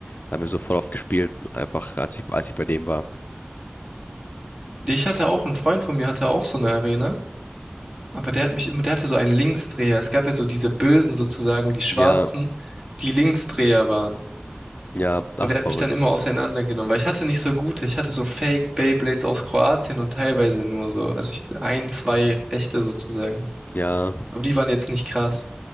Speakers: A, on the left; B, on the right.
A: Da haben wir so voll auf gespielt, einfach als ich, als ich bei dem war.
B: Ich hatte auch, ein Freund von mir hatte auch so eine Arena, aber der hat mich immer, der hatte so einen Linksdreher. Es gab ja so diese Bösen sozusagen, die Schwarzen,
A: Ja,
B: die Linksdreher waren.
A: ja, ach,
B: Und der
A: verrückt.
B: hat mich dann immer auseinandergenommen, weil ich hatte nicht so gute. Ich hatte so Fake Beyblades aus Kroatien und teilweise nur so. Also ich hatte ein, zwei echte sozusagen.
A: Ja.
B: Aber die waren jetzt nicht krass.